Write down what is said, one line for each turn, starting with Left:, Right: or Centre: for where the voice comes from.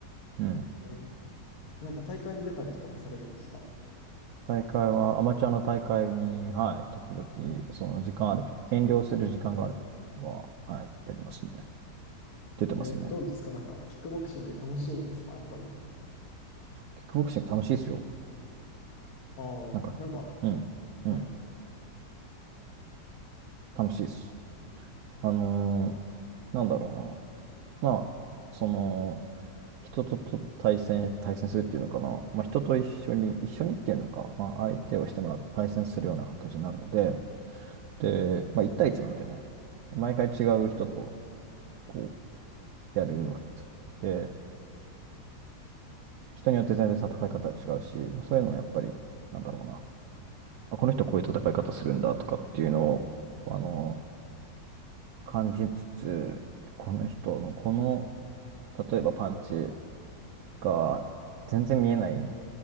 Right: うん。
Left: えー、えなんか大会に出たりとかもされるんですか
Right: 大会は、アマチュアの大会に、はい、時々、その時間あるとき、減量する時間があるときは、はい、やりますね。出てますね。
Left: えー、どうですかなんか、キックボクシング楽しいんですかやっぱり。
Right: キックボクシング楽しいですよ。
Left: ああ、
Right: なんかね。
Left: なんか、
Right: うん。
Left: はい。
Right: うん。楽しいです。あのーなんだろうな。まあ、その、人とと対戦、対戦するっていうのかな。まあ、人と一緒に、一緒にっていうのか、まあ、相手をしてもらって対戦するような形になるので、で、まあ、1対1なのでね、毎回違う人と、こう、やるわけじゃないですか。で、人によって全然戦い方が違うし、そういうのをやっぱり、なんだろうな。あ、この人こういう戦い方するんだとかっていうのを、あの、感じつつ、この人のこの、例えばパンチが全然見えないん